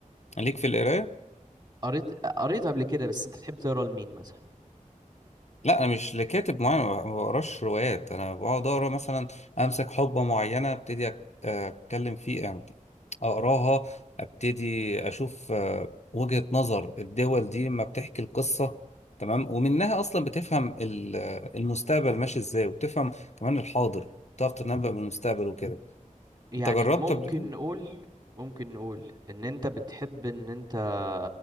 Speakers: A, on the left; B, on the right.
A: ليك في القرايه
B: قريت قريت قبل كده بس انت بتحب تقرا لمين مثلا
A: لا انا مش لكاتب معين ما ما بقراش روايات انا بقعد اقرا مثلا امسك حقبه معينه ابتدي أك- اتكلم فيه يعني اقراها ابتدي اشوف آه، وجهة نظر الدول دي ما بتحكي القصة تمام ومنها اصلا بتفهم ال- آه، المستقبل ماشي ازاي وبتفهم كمان الحاضر بتعرف تنبأ بالمستقبل وكده
B: يعني
A: انت جربت
B: ممكن
A: قبل كده
B: نقول ممكن نقول ان انت بتحب ان انت